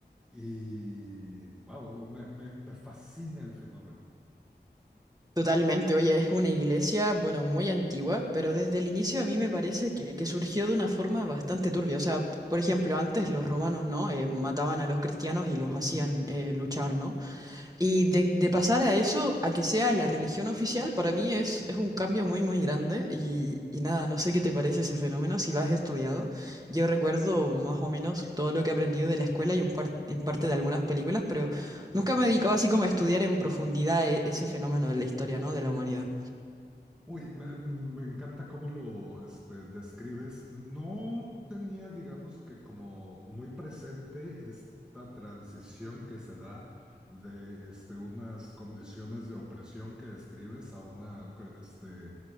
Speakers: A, in the centre; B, on the right.
A: Y, wow, me, me- me fascina el fenómeno,
B: Totalmente, oye, es una iglesia, bueno, muy antigua, pero desde el inicio a mí me parece que, que surgió de una forma bastante turbia. O sea, por ejemplo, antes los romanos, ¿no? Eh, mataban a los cristianos y los hacían eh, luchar, ¿no? Y de, de pasar a eso, a que sea la religión oficial, para mí es, es un cambio muy, muy grande. Y, y nada, no sé qué te parece ese fenómeno, si lo has estudiado. Yo recuerdo más o menos todo lo que he aprendido de la escuela y un par- en parte de algunas películas, pero
A: claro.
B: nunca me he dedicado así como a estudiar en profundidad e- ese fenómeno de la historia, ¿no? De la humanidad.
A: Uy, me, me encanta cómo lo, este, describes. No tenía, digamos que como muy presente esta transición que se da de, este, unas condiciones de opresión que describes a una, co- este,